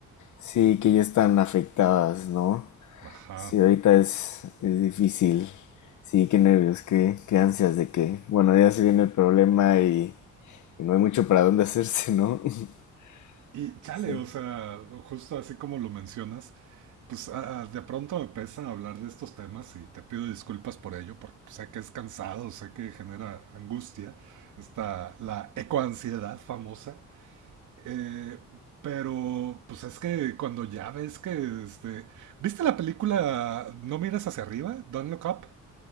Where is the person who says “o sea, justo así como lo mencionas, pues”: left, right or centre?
Right